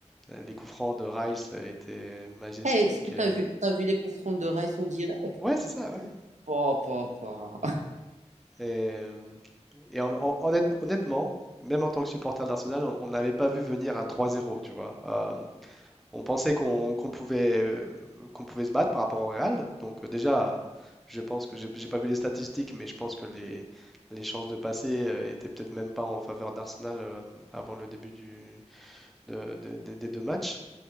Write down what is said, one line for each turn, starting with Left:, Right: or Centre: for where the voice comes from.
Centre: Euh, Les coups francs de Rice euh, étaient majestiques.
Right: Eh, est-ce que t'as
Centre: et-
Right: vu, t'as vu les coups francs de Raïs en direct?
Centre: Ouais, c'est ça, ouais.
Right: Pas, pas, pas.
Centre: Et, euh, et en- en- honnête- honnêtement, même en tant que supporter d'Arsenal, on on n'avait pas vu venir un 3-0, tu vois. Euh, on pensait qu'on qu'on pouvait, euh, qu'on pouvait se battre par rapport au Real. Donc euh, déjà, je pense que j'ai j'ai pas vu les statistiques, mais je pense que les, les chances de passer euh, étaient peut-être même pas en faveur d'Arsenal euh, avant le début du, de- de- de- des deux matchs.